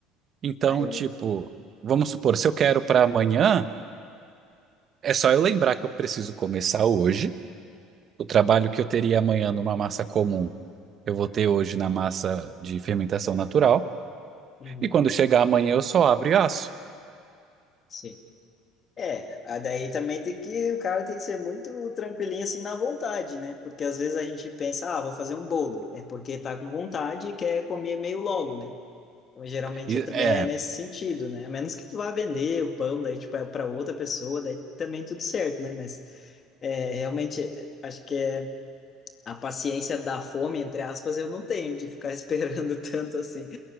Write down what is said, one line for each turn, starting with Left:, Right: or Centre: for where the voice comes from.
Right: Então,
Left: Aí eu
Right: tipo, vamos supor, se eu quero para amanhã. É só eu lembrar que eu preciso começar hoje. O trabalho que eu teria amanhã numa massa comum, eu vou ter hoje na massa de fermentação natural.
Left: Uhum.
Right: E quando chegar amanhã, eu só abro e asso.
Left: Sim. É, a- daí também tem que, o cara tem que ser muito tranquilinho assim na vontade, né? Porque às vezes a gente pensa, ah, vou fazer um bolo. É porque tá com vontade e quer comer meio logo, né? Então, geralmente
Right: E,
Left: também
Right: é.
Left: é nesse sentido, né? A menos que tu vá vender o pão, daí tipo é para outra pessoa, daí também tudo certo, né? Mas é, realmente acho que é a paciência da fome, entre aspas, eu não tenho de ficar <laughs> esperando tanto assim